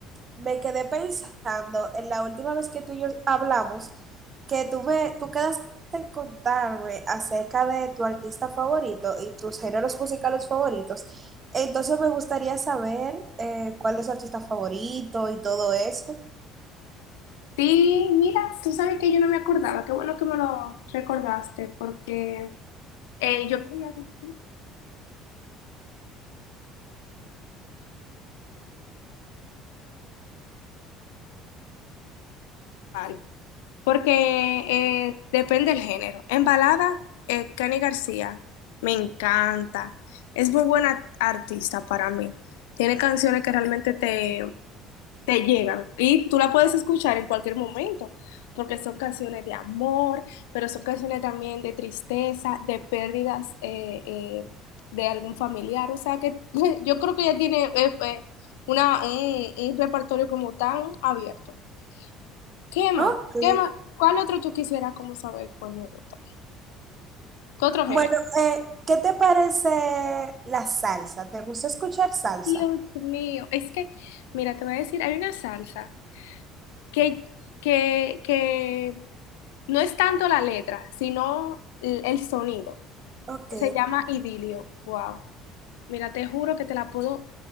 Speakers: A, on the right; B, on the left.
A: me quedé pensando en la última vez que tú y yo hablamos, que tú me, tú quedaste en contarme acerca de tu artista favorito y tus géneros musicales favoritos. Entonces me gustaría saber eh, cuál es tu artista favorito y todo eso.
B: Sí, mira, tú sabes que yo no me acordaba. Qué bueno que me lo recordaste porque eh, yo quería decir varios. Porque eh, depende del género. En balada, eh, Cani García me encanta. Es muy buena artista para mí. Tiene canciones que realmente te llegan y tú la puedes escuchar en cualquier momento, porque son canciones de amor, pero son canciones también de tristeza, de pérdidas eh, eh, de algún familiar, o sea que <laughs> yo creo que ya tiene eh, eh, una, un, un repertorio como tan abierto. ¿Qué más?
A: Ok.
B: ¿Qué más? ¿Cuál otro tú quisieras como saber cuál me gusta? ¿Qué otro género?
A: Bueno, eh, ¿qué te parece la salsa? ¿Te gusta escuchar salsa?
B: Dios mío, es que, mira, te voy a decir, hay una salsa que, que, que No es tanto la letra, sino el, el sonido,
A: Ok,
B: que se llama Idilio. Wow. Mira, te juro que te la puedo,